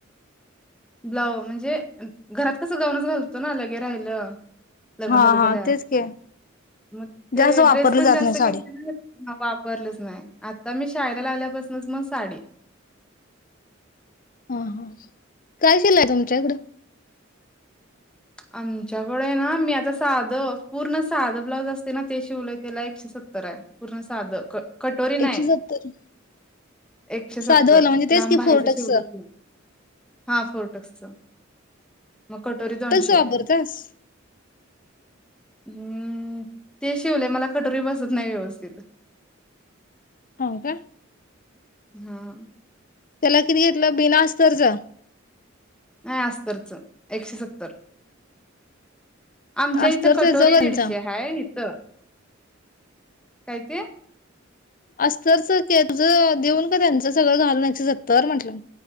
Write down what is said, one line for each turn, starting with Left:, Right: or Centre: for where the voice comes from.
Centre: ब्लाऊ म्हणजे, घरात कसं गाऊनच घालतो ना, लगे राहिलं. लग्न
Left: हा
Centre: झाल्या-झाल्या,
Left: हा तेच की
Centre: मग ते
Left: जास्त वापरली
Centre: ड्रेस पण
Left: जात
Centre: जास्त
Left: नाही साडी
Centre: घेतले ना. हा वापरलंच नाही, आता मी शाळेला लावल्यापसनच मग साडी.
Left: हा हा, काय शिलाई आहे तुमच्याकडं?
Centre: आमच्याकडे ना, मी आता साधं पूर्ण साधं ब्लाऊज असते ना ते शिवलेय त्याला एकशे सत्तर आहे, पूर्ण साधं क कटोरी नाही,
Left: एकशे सत्तर
Centre: एकशे सत्तर
Left: साधवाला म्हणजे तेच
Centre: लांब
Left: की
Centre: बाह्याच
Left: फोर्टक्स
Centre: शिवलय, हा फुल टक्स. मग, कटोरी दोनशे!
Left: जबरदस,
Centre: आहे. हम्म, ते शिवलेय मला कटोरी बसत नाही व्यवस्थित.
Left: हो-का.
Centre: हा अ!
Left: त्याला किती घेतलं, बिना-अस्तर ज.
Centre: नाही अस्तरच, एकशे सत्तर! आमच्या
Left: अस्तरच
Centre: इथं कटोरी
Left: जगनचा
Centre: दीडशे हाय. तर <inaudible> काय ते.
Left: अस्तरच केप ज, देऊन का त्यांचं सगळं घालून एकशे सत्तर! म्हटलं.